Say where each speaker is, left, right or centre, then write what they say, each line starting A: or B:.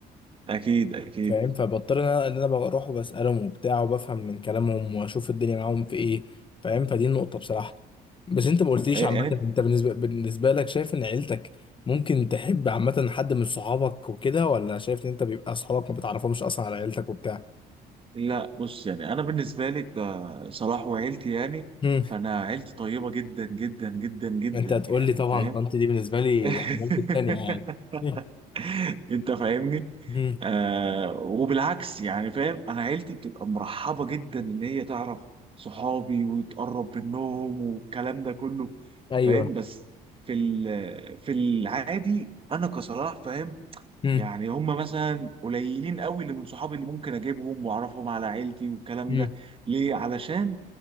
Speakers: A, on the right; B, on the left.
A: اكيد اكيد
B: فاهم فبضطر ان انا إن أنا بروح وبسالهم وبتاع وبفهم من كلامهم واشوف الدنيا معاهم في ايه فاهم فدي النقطه بصراحه بس انت ما قلتليش
A: أي-
B: عامه
A: يعني
B: انت بالنسبه بالنسبه لك شايف ان عيلتك ممكن تحب عامه حد من صحابك وكده ولا شايف ان انت بيبقى صحابك ما بتعرفهمش اصلا على عيلتك وبتاع
A: لا بص يعني انا بالنسبه لي آه، صلاح وعيلتي يعني
B: مم.
A: فانا عيلتي طيبه جدا جدا جدا جدا
B: انت
A: يعني
B: هتقول لي طبعا
A: فاهم
B: طنط دي بالنسبه لي
A: <laughs>
B: يعني مامتي التانية يعني مم.
A: <laughs> انت فاهمني
B: مم.
A: آه وبالعكس يعني فاهم انا عيلتي بتبقى مرحبه جدا ان هي تعرف صحابي وتقرب منهم والكلام ده كله
B: ايوه
A: فاهم بس في ال- في العادي انا كصلاح فاهم
B: مم.
A: يعني هم مثلا قليلين قوي اللي من صحابي اللي ممكن اجيبهم واعرفهم على عيلتي والكلام
B: مم.
A: ده ليه علشان